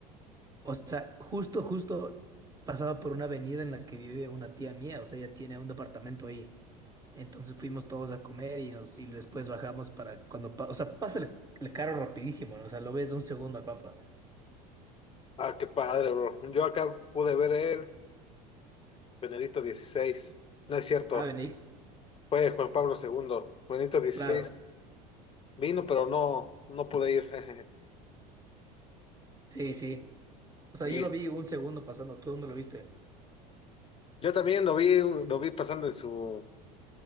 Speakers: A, on the right; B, on the left.
A: O sea, justo, justo pasaba por una avenida en la que vive una tía mía, o sea, ella tiene un departamento ahí. Entonces fuimos todos a comer y, nos, y después bajamos para cuando, pa- o sea, pasa el, el carro rapidísimo, ¿no? O sea, lo ves un segundo al Papa.
B: Ah, qué padre, bro. Yo acá pude ver el Benedicto dieciséis. No es cierto,
A: Ah, vení,
B: fue Juan Pablo segundo. Benedicto dieciséis
A: claro,
B: vino, pero no, no pude ir. <laughs>
A: sí, sí. O sea,
B: Y
A: yo lo vi un segundo pasando, ¿tú dónde lo viste?
B: yo también lo vi, lo vi pasando en su,